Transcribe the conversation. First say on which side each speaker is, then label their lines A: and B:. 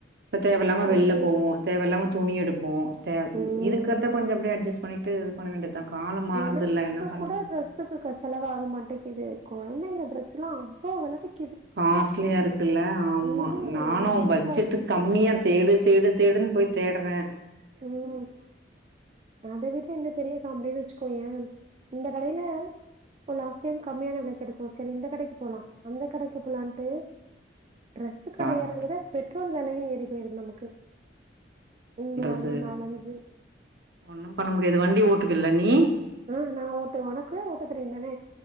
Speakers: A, on the right; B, on the right.
A: தேவையில்லாம
B: சரி
A: வெளில போவோம் தேவையில்லாம துணி எடுப்போம் பேர்
B: ம்
A: இருக்கிறத கொஞ்ச அப்படியே அட்ஜஸ் பண்ணிட்டு பண்ணா வேண்டியதா காலம் மாறுதுல்ல
B: ஒருக்க
A: என்ன பண்ற
B: கூட டிரஸ்ஸுக்கு செலவாக மாட்டேங்குது இது கொழந்தைங்க டிரஸ்லாம் அவ்வள விலைக்கி
A: காஸ்லியா இருக்குல ஆமா
B: ம்
A: நானும்
B: ரொம்ப
A: என் பட்ஜெட்டுக்கு கம்மியா தேடு தேடு தேடுன் போய் தேடறேன்
B: உம் அதை விட என்ன பெரிய காமெடினு வச்சுக்கோயேன் இந்த கடையில இப்போ லாஸ்ட் டைம் கம்மியான விலைக்கு எடுத்தோம் செரி இந்த கடைக்கு போலாம் அந்த கடைக்கு போலான்ட்டு ட்ரெஸு கடயேறது
A: பாத்
B: விட பெட்ரோ டீசல் வெலயும் ஏறி போயிறுது நமக் க்கு இங்க அங்க
A: து
B: நாலஞ்சு
A: ஒன்னும் பண்ண முடியாது வண்டி ஓட்டுது இல்ல நீ
B: ஆஹ் நா ஓட்டுவேன் உனக்கு ஓட்டத் தெரியும் தான